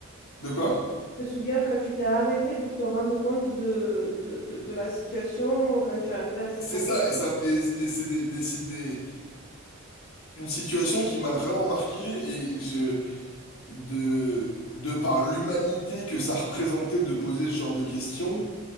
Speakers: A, on the left; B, on the left.
A: De quoi?
B: Tu te souviens quand tu t'es arrêté pour te rendre compte de, de, de, de la situation, quand tu es arrivé à cette
A: C'est
B: conclusion?
A: ça, et ça, et, et c'est des, des, si- des- une situation qui m'a vraiment marqué, et je, de, de par l'humanité que ça représentait de poser ce genre de questions,